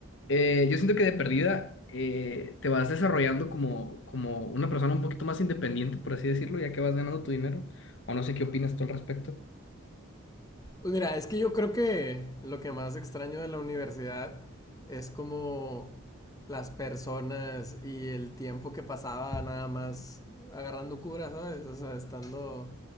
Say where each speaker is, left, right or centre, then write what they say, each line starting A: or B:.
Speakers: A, on the left (about 55°); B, on the left (about 15°).
A: eh, yo siento que de perdida eh, te vas desarrollando como, como una persona un poquito más independiente, por así decirlo, ya que vas ganando tu dinero, o no sé qué opinas tú al respecto.
B: Pues mira, es que yo creo que lo que más extraño de la universidad es como las personas y el tiempo que pasaba nada más agarrando cura, ¿sabes? O sea, estando,